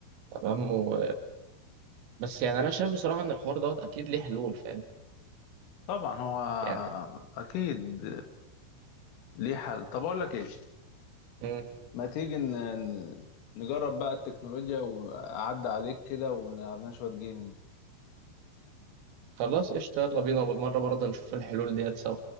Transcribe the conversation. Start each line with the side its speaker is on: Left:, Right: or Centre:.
Right: تمام و... بس يعني انا شايف بصراحه ان الحوار دوت اكيد ليه حلول فاهم
Left: طبعا هو
Right: يعني
Left: اكيد ليه حل طب اقول لك ايه
Right: مم.
Left: ما تيجي ن- ن- نجرب بقى التكنولوجيا وأعدي عليك كده ونلعب لنا شوية جيمنج
Right: خلاص قشطه يلا بينا وبالمره برضه نشوف الحلول ديت سوا